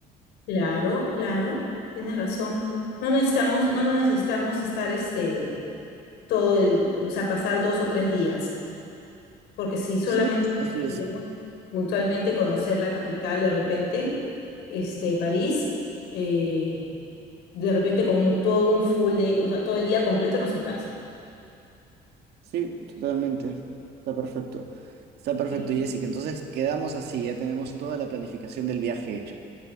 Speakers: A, on the left (about 85°); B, on the right (about 75°).
A: Claro, claro, tienes razón. No necesitamos, no necesitamos estar este todo el, o sea, pasar dos o tres días, porque si solamente
B: Sí, así es.
A: queremos puntualmente conocer la capital de repente, este, París, eh, de repente con un- todo un full day, o sea, todo el día completo nos alcanza.
B: Sí, totalmente. Está perfecto. Está perfecto,
A: Sí.
B: Jessica. Entonces quedamos así, ya tenemos toda la planificación del viaje hecha.